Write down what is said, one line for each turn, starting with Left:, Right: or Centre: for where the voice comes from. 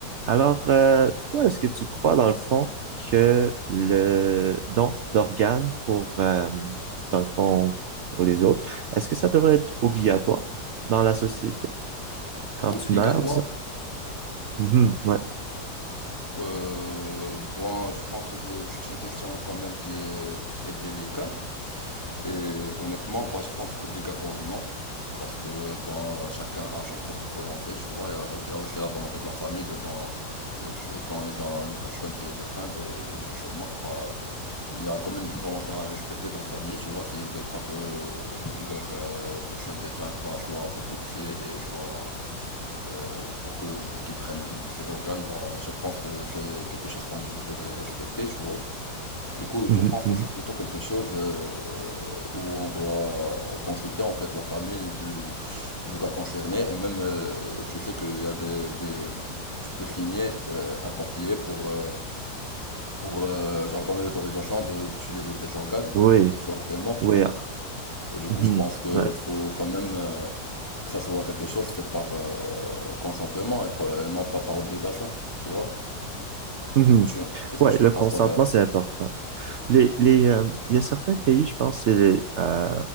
Right: Alors, euh, toi, est-ce que tu crois dans le fond que le don d'organes pour, euh, dans le fond, pour les autres, est-ce que ça devrait être obligatoire dans la société quand
Left: Obligatoire?
Right: tu meurs, disons? Mhm, ouais.
Left: Euh, bon, je pense que c'est c'est une question quand même qui est très délicate. Et honnêtement, bah, je pense qu'obligatoire, non. Parce que bon, chacun a sa propre volonté, tu vois. Il y a, il y a aussi la volonté de la famille devant. euh, c'est- Quand ils ont une personne qui est défunte et une personne morte, bah, il y a quand même une volonté à respecter de la famille, tu vois. S'ils veulent pas que leur euh, personne défunte bah, soit autopsiée et soit euh, pour que, pour qu'ils prennent ces organes, bah, je pense que c'est quelque chose qu'on devrait respecter, tu vois. Du coup, je
Right: Mhm,
Left: pense
Right: mhm.
Left: que c'est plutôt quelque chose euh, où on doit consulter en fait la famille du, du gars concerné et même, euh, tu sais qu'il y a des, des, tu peux signer euh, un papier pour, euh, pour euh, genre donner l'autorisation de- d'utiliser tes organes
Right: Oui,
Left: une fois que t'es mort,
Right: oui,
Left: tu vois.
Right: ah,
Left: Et du
Right: mhm,
Left: coup, je pense que
Right: ouais.
Left: faut quand même euh, que ça soit quelque chose fait par euh, consentement et pas- et non pas par obligation, tu vois?
Right: Mhm.
Left: Qu'est-ce que tu, qu'est-ce
Right: Ouais,
Left: que tu
Right: le
Left: en penses,
Right: consentement,
Left: toi, d'ailleurs?
Right: c'est important. Les, les, euh, il y a certains pays, je pense, c'est les, euh,